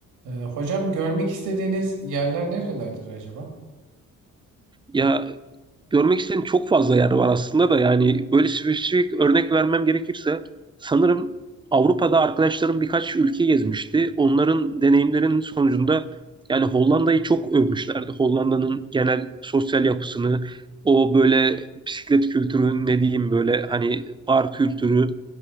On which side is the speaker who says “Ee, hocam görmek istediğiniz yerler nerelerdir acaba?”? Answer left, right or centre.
Right